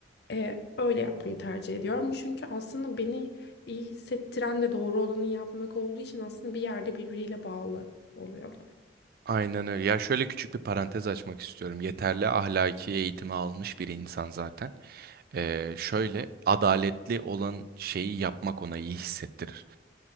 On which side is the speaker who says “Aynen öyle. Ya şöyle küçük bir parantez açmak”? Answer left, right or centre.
Right